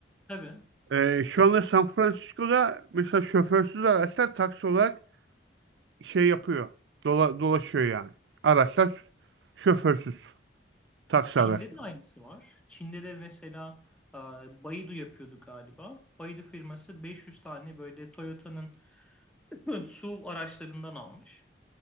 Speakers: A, in the centre; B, on the right.
A: tabii
B: Ee, şu anda San Francisco'da mesela şoförsüz araçlar taksi olarak şey yapıyor. dola- dolaşıyor yani. Araçlar şoförsüz. Taksi
A: Çin'de
B: araçları.
A: de aynısı var. Çin'de de mesela e, Baidu yapıyordu galiba. Baidu firması 500 tane böyle Toyota'nın <laughs> SUV araçlarından almış.